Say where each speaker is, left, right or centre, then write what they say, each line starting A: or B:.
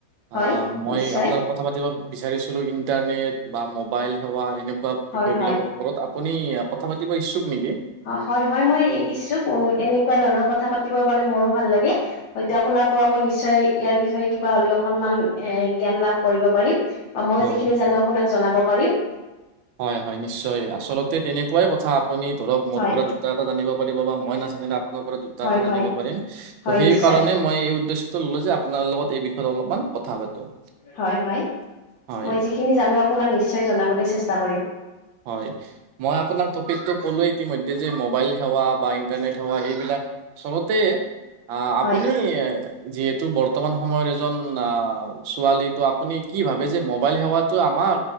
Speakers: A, on the right; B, on the left.
A: অ',
B: হয়
A: মই
B: নিশ্চয়
A: আপোনাক কথা পাতিব বিচাৰিছিলো ইণ্টাৰনেট বা মোবাইল সেৱা এনেকুৱা
B: হয়
A: বিষয়
B: হয়
A: বিলাকত ওপৰত আপুনি কথা পাতিব ইচ্ছুক নিকি?
B: অ হয় হয় মই ইচ্ছুক এনেকুৱা ধৰণৰ কথা পাতিব পালে মোৰো ভাল লাগে হয়টো আপোনাৰ পৰা মই নিশ্চয় ইয়াৰ বিষয়ে কিবা হলেও অকনমান এই জ্ঞান লাভ কৰিব পাৰিম। বা মই
A: হয়।
B: যিখিনি জানো আপোনাক জনাব পাৰিম।
A: হয় হয় নিশ্চয় আচলতে তেনেকুৱাই কথা আপুনি ধৰক মোৰ
B: হয়
A: পৰা দু দুটা এটা জানিব পাৰিব বা মই নাজানিলে আপোনাৰ পৰা দুটা
B: হয়
A: এটা জানিব
B: হয়
A: পাৰিম
B: হয়
A: ত' সেইকাৰণে
B: নিশ্চয়
A: মই এই উদ্দেশ্যটো ল'লো যে আপোনাৰ লগত এই বিষয়ে অলপমান কথা পাতো।
B: হয় হয়
A: হয়
B: মই যিখিনি জানো আপোনাক নিশ্চয় জনাবলৈ চেষ্টা কৰিম।
A: হয়। মই আপোনাক টপিকটো ক'লোয়ে ইতিমধ্যে যে মোবাইল সেৱা বা ইণ্টাৰনেট সেৱা এইবিলাক চবতে অ' আপুনি
B: হয়
A: যিহেতু বৰ্তমান সময়ত এজন অ ছোৱালীটো আপুনি কি ভাবে যে মোবাইল সেৱটো আমাৰ